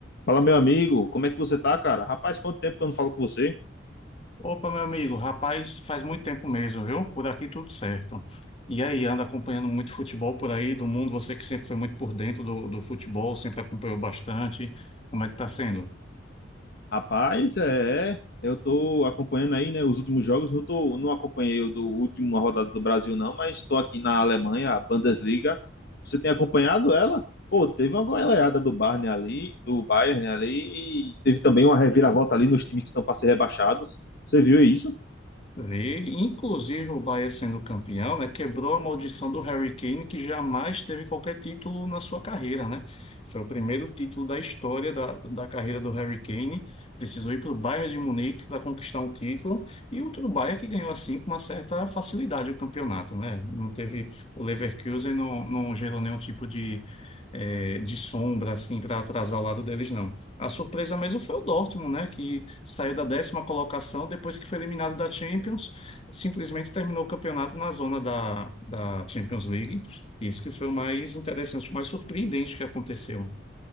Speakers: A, on the left; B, on the left.
A: Fala, meu amigo, como é que você tá, cara? Rapaz, quanto tempo que eu não falo com você?
B: Opa, meu amigo, rapaz, faz muito tempo mesmo, viu? Por aqui tudo certo. E aí, anda acompanhando muito futebol por aí do mundo? Você que sempre foi muito por dentro do, do futebol, sempre acompanhou bastante. Como é que tá sendo?
A: Rapaz, é, eu tô acompanhando aí, né, os últimos jogos, não tô, não acompanhei o do último rodada do Brasil não, mas tô aqui na Alemanha, a Bundesliga. Você tem acompanhado ela? Pô, teve uma goleada do Bayern ali, do Bayern ali, e teve também uma reviravolta ali nos times que estão para ser rebaixados. Você viu isso?
B: Vi, inclusive o Bahia sendo campeão, né, quebrou a maldição do Harry Kane, que jamais teve qualquer título na sua carreira, né? Foi o primeiro título da história da, da carreira do Harry Kane. Precisou ir para o Bayern de Munique para conquistar um título, e outro Bayern que ganhou assim com uma certa facilidade o campeonato, né? Não teve o Leverkusen, não, não gerou nenhum tipo de, eh, de sombra assim para atrasar o lado deles, não. A surpresa mesmo foi o Dortmund, né? Que saiu da décima colocação depois que foi eliminado da Champions, simplesmente terminou o campeonato na zona da, da Champions League. Isso que foi o mais interessante, o mais surpreendente que aconteceu.